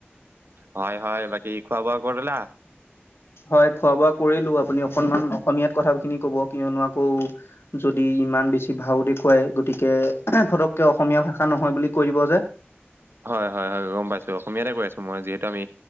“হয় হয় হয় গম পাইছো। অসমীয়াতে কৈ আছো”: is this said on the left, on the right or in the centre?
Right